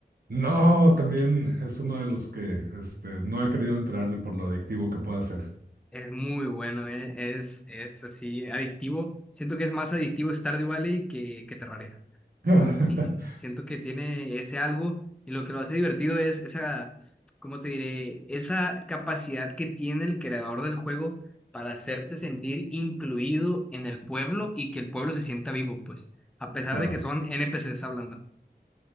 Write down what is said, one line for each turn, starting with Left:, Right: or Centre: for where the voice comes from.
Right: No, también es uno de los que este, no he querido entrarle por lo adictivo que puede ser.
Centre: Es muy bueno, eh, Es, es así, adictivo. Siento que es más adictivo Stardew Valley que, que Terraria.
Right: <laughs>
Centre: Sí, sí, siento que tiene ese algo y lo que lo hace divertido es esa, ¿cómo te diré? Esa capacidad que tiene el creador del juego para hacerte sentir incluido en el pueblo y que el pueblo se sienta vivo, pues, a pesar
Right: Claro,
Centre: de que son N P NPCs hablando.